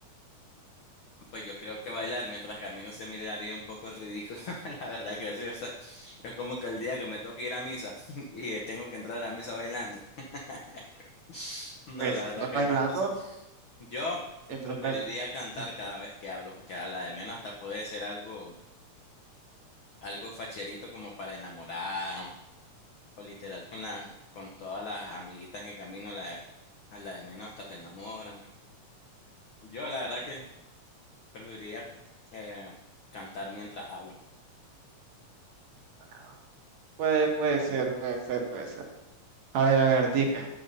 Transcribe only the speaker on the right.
Pues
entras
bailando,
entras
bail-
sí.
Mm,
ah, Puede, puede ser, puede ser, puede ser. A ver, a ver, dime.